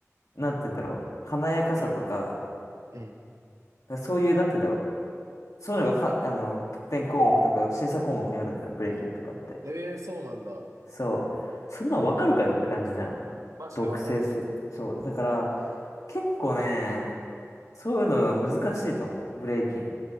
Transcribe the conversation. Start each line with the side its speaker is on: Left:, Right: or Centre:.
Left: なんて言うんだろう、華やかさとか、
Right: うん。
Left: そういう、なんて言うんだろう、そういうのがは、あの、得点項目とか、審査項目にあるんだよ、ブレイキンとかって。
Right: えー、そうなんだ。
Left: そう。そんなんわかるかよって感じじゃん。
Right: あーマジでわかんない。
Left: 毒性せ、そう。だから、結構ね、そういうのが難しいと思う。ブレイキン。